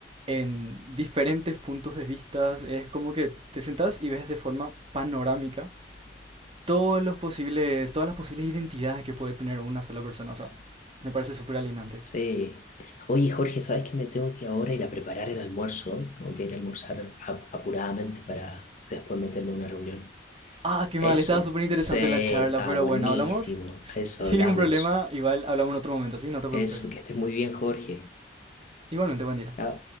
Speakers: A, on the right; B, on the left.
A: en diferentes puntos de vista. Es como que te sentás y ves de forma panorámica todos los posibles, todas las posibles identidades que puede tener una sola persona. O sea, me parece súper alienante.
B: sí. Oye, Jorge, ¿sabes que me tengo que ahora ir a preparar el almuerzo? Tengo que ir a almorzar ap- apuradamente para después meterme a una reunión.
A: Ah, qué
B: Eso,
A: mal, estaba súper interesante
B: sí, está
A: la charla, pero
B: buenísimo.
A: bueno, hablamos s-
B: A eso
A: sin
B: hablamos.
A: ningún problema. Igual hablamos en otro momento, ¿sí? No te preocupes.
B: Eso, que estés muy bien, Jorge.
A: Igualmente, buen día.
B: Chao.